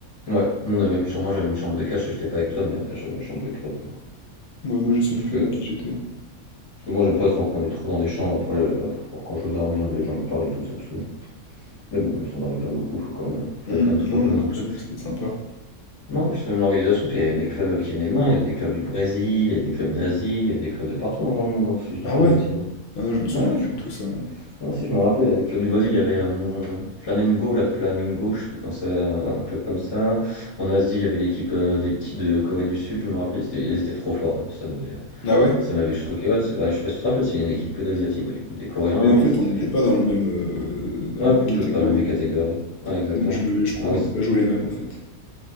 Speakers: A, on the left; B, on the left.
A: Ouais, nous on avait une chambre, moi j'avais une chambre de 4, je sais que j'étais pas avec toi, mais j'avais une chambre de 4 ouais.
B: Moi, moi, je sais
A: Parce
B: même
A: que,
B: plus avec qui j'étais.
A: parce que moi j'aime pas trop qu'on est trop dans des chambres, après euh, pour quand je veux dormir, les gens ils parlent et tout, ça me saoule. Mais bon, même si on dormait pas beaucoup, faut quand même, euh, fallait
B: Hmm,
A: quand même se
B: Non,
A: reposer
B: moi, je
A: un
B: me
A: peu.
B: souviens, c'était sympa.
A: Non, en plus même l'organisation, tu sais, il y avait des clubs qui venaient de loin, il y avait des clubs du Brésil, il y avait des clubs d'Asie, il y avait des clubs de partout hein, dans le monde, hein, si je dis
B: Ah
A: pas
B: ouais?
A: de bêtises. hein.
B: Ah non, je me souviens
A: Ouais, ouais,
B: plus
A: je,
B: de tout ça, moi.
A: Ah, si, je me rappelle, avec le Club du Brésil, il y avait euh, Flamengo, la Flamingo, je sais plus quand ça, un club comme ça. En Asie, il y avait l'équipe euh, des petits de Corée du Sud, je me rappelle, ils étaient, ils étaient trop forts. Ça m'avait,
B: Ah ouais?
A: ça m'avait choqué. Ouais, c'est vrai, je sais pas si tu te rappelles, c'est une équipe que d'Asiatiques, bah, du coup, des Coréens,
B: Mais en
A: euh,
B: fait,
A: ils étaient.
B: on n'était pas dans le même, euh, dans
A: Ouais,
B: la même
A: poule,
B: catégorie.
A: pas la même catégorie. Ouais, exactement.
B: Donc, je, me, je crois
A: Ah
B: qu'on
A: oui, c'est-
B: n'a pas joué les mêmes, en fait.